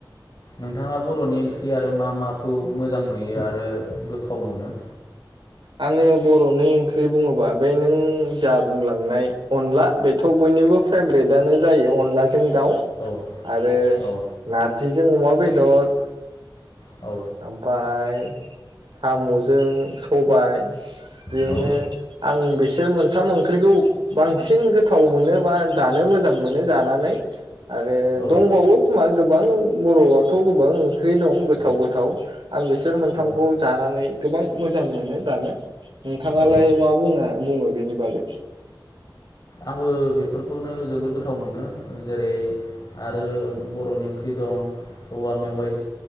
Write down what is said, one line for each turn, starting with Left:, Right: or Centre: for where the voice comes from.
Left: नोंथाङा बर'नि ओंख्रि आरो मा माखौ मोजां नुयो आरो गोथाव मोनो
Right: आङो बर'नि ओंख्रि बुङोबा बे नों जा बुंलांनाय अनला बेथ' बयनिबो फेभ्रेटआनो जायो अनला जों दाउ
Left: औ
Right: आरो
Left: औ
Right: ना जेजों अमा बेदर
Left: औ
Right: ओमफ्राय साम'जों सबाय बेनो
Left: औ
Right: आं बेसे बिसोर मोनथाम ओंख्रिखौ बांसिन गोथाव मोनो बा जानो मोजां मोनो जानानै आरो
Left: औ
Right: दंबावो खोमा गो गोबां बर'आथ' गोबां ओंख्रि दं गोथाव
Left: उम
Right: गोथाव गोथाव आं बिसोर मोनथामखौ
Left: औ
Right: जानानै गोबां मोजां मोनो जानो नोंथाङालाय
Left: औ
Right: मा बुंङो बुङो बेनि बागै
Left: आंबो बेफोरखौनो जोबोद गोथाव मोनो जेरै आरो बर'नि ओंख्रि दं औवा मेवाइ